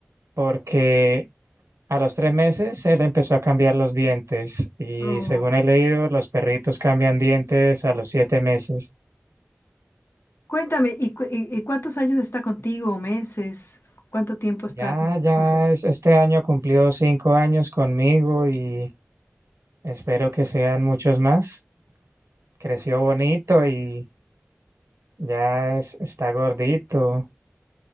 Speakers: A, on the right (about 85°); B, on the left (about 55°).
A: porque A los tres meses él empezó a cambiar los dientes y
B: Oh.
A: según he leído, los perritos cambian dientes a los siete meses.
B: Cuéntame, ¿y, cu- y- y cuántos años está contigo? ¿Meses? ¿Cuánto tiempo está
A: Ya,
B: con-
A: ya
B: acompañado?
A: es- este año cumplió cinco años conmigo y espero que sean muchos más. Creció bonito y ya es- está gordito